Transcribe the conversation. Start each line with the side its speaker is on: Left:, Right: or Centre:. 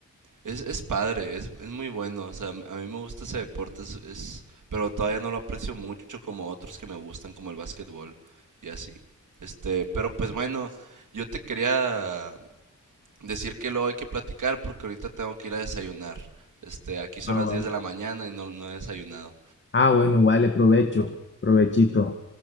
Right: es, es padre, es, es muy bueno. O sea, a mí me gusta ese deporte, es, es- pero todavía no lo aprecio mucho como otros que me gustan, como el básquetbol y así. Este, pero pues bueno, yo te quería decir que luego hay que platicar porque ahorita tengo que ir a desayunar. Este, aquí son
Left: Ah,
Right: las
Left: vale.
Right: 10 de la mañana y no, no he desayunado.
Left: Ah, bueno, vale, provecho, provechito.